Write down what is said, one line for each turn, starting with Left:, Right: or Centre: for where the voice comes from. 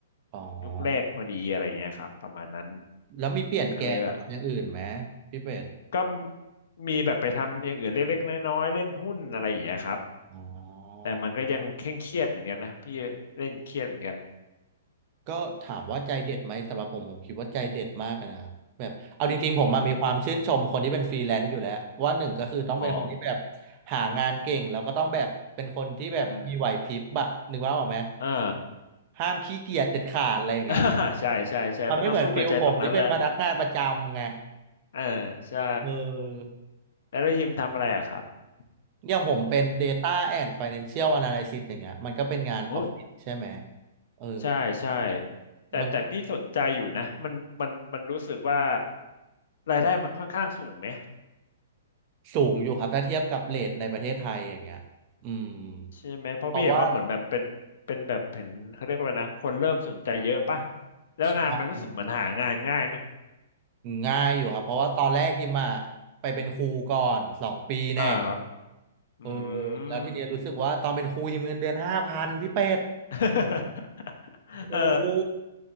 Right: อ๋อ
Left: ยุคแรกพอดีอะไรเงี้ยครับประมาณนั้น
Right: แล้วมีเปลี่ยนแกนมาทำอย่างอื่นไหม
Left: ก็เลยแบบ
Right: พี่เป็ด
Left: ก็มีแบบไปทำอย่างอื่นเล็กๆน้อยๆเล่นหุ้นอะไรอย่างเงี้ยครับ
Right: อ๋อ
Left: แต่มันก็ยังเคร่งเครียดเหมือนกันนะพี่เล่นเครียดเหมือนกัน
Right: ก็ถามว่าใจเด็ดไหมสำหรับผมผมคิดว่าใจเด็ดมากอะนะแบบเอาจริงๆผมมามีความชื่นชมคนที่เป็นฟรีแลนซ์อยู่แล้วว่าหนึ่งก็คือต้องเป็นคนที่แบบ
Left: ได้ไหมอ๋อ
Right: หางานเก่งแล้วก็ต้องแบบเป็นคนที่แบบมีไหวพริบอะนึกว่าออกไหม
Left: เออเออ
Right: ห้ามขี้เกียจเด็ดขาดอะไรอย่างเงี้ย
Left: <laughs> ใช่ใช่ใช่มันต้องสู้กับใจตรงนั้นแหละ
Right: มันไม่เหมือนฟิลผมที่เป็นพนักงานประจำไง
Left: เออใช่
Right: เออ
Left: แล้วได้ยิมทำอะไรอะครับ
Right: อย่างผมเป็น Data
Left: อืม
Right: and Financial Analysis อย่างเงี้ยมันก็เป็นงานออฟฟิศใช่ไหม
Left: โอ้ย
Right: เออมัน
Left: ใช่ใช่แต่แต่พี่สนใจอยู่นะมันมันมันรู้สึกว่า
Right: มันก็
Left: รายได้มันค่อนข้างสูงไหม
Right: สูงอยู่ครับถ้าเทียบกับเรทในประเทศไทยอย่างเงี้ยอืม
Left: ใช่ไหมเพราะพี่เห็นว่าเหมือนแบบเป็นเป็นแบบเห็นเขาเรียกว่าอะไรนะคนเริ่มสนใจเยอะป่ะ
Right: เพราะว่า
Left: แล้วงานมันรู้สึกเหมือนหางานง่ายไหม
Right: ใช่ง่ายอยู่ครับเพราะว่าตอนแรกฮิมอะไปเป็นครูก่อนสองปีแน่
Left: อ่าครับอื
Right: เออแล้วทีเนี้ยรู้สึกว่าตอนเป็นครูฮิมเงินเดือนห้าพันพี่เป็ด
Left: ม <laughs>
Right: โอ้โห
Left: เออ